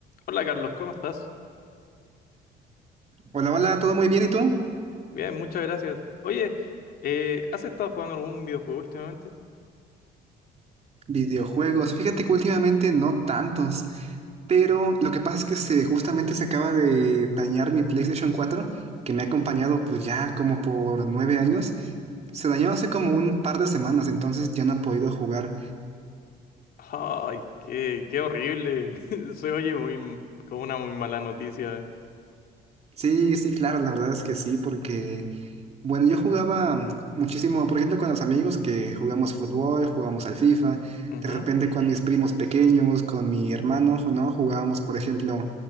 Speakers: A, on the left (about 60°); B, on the right (about 40°).
A: Hola Carlos, ¿cómo estás?
B: Hola, hola, ¿todo muy bien? ¿Y tú?
A: Bien, muchas gracias. Oye, eh, ¿has estado jugando algún videojuego últimamente?
B: Videojuegos. Fíjate que últimamente no tantos, pero lo que pasa es que se, justamente se acaba de dañar mi PlayStation cuatro que me ha acompañado pues ya como por nueve años. Se dañó hace como un par de semanas, entonces ya no he podido jugar.
A: Ay, qué, qué horrible. <laughs> Se oye muy, m- como una muy mala noticia.
B: Sí, sí, claro, la verdad es que sí, porque Bueno, yo jugaba muchísimo, por ejemplo, con los amigos que jugamos fútbol, jugamos al FIFA,
A: Ujú.
B: de repente con mis primos pequeños, con mi hermano, ¿no? Jugábamos, por ejemplo,